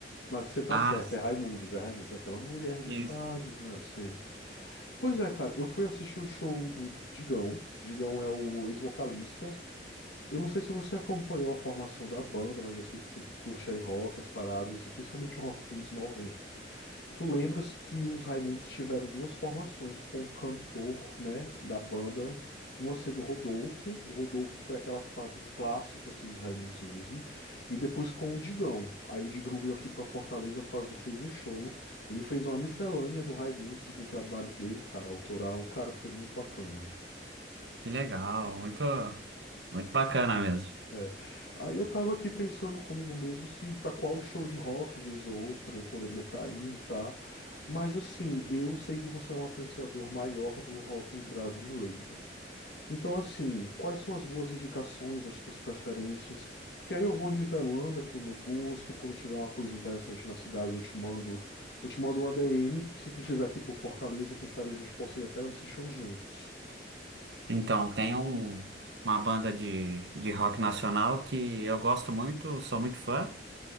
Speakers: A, on the left; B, on the right.
A: Mas você tá
B: Ah,
A: certo, é Raimundos, é Raimundos, é aquela Mulher de
B: isso.
A: Fases, né? Sei. Pois é, cara, eu fui assistir o show do Digão. Digão é o ex-vocalista. Eu não sei se você acompanhou a formação da banda, mas eu sei que tu curte aí rock, as paradas, e principalmente o rock dos anos 90. Tu lembras que os Raimundos tiveram duas formações com o cantor, né, da banda, uma sendo o Rodolfo, o Rodolfo foi aquela fase clássica assim dos Raimundos mesmo, e depois com o Digão. Aí o Digão veio aqui pra Fortaleza, faz- fez um show, ele fez uma miscelânea do Raimundos e do trabalho dele, cara, autoral, cara, foi muito bacana.
B: Que legal, muito, muito bacana mesmo.
A: É. Aí eu tava aqui pensando comigo mesmo se pra qual show de rock, vez ou outra, eu poderia estar indo, tá? Mas assim, eu sei que você é um apreciador maior do rock brasileiro. Então, assim, quais são as boas indicações, as tuas preferências? Porque aí eu vou nivelando aqui o meu gosto. Quando tiver uma coisa interessante na cidade, eu te mando, eu te mando um ADM. Se tu estiver aqui por Fortaleza, quem sabe a gente possa ir até esses shows juntos.
B: Então, tem um, uma banda de, de rock nacional que eu gosto muito, sou muito fã,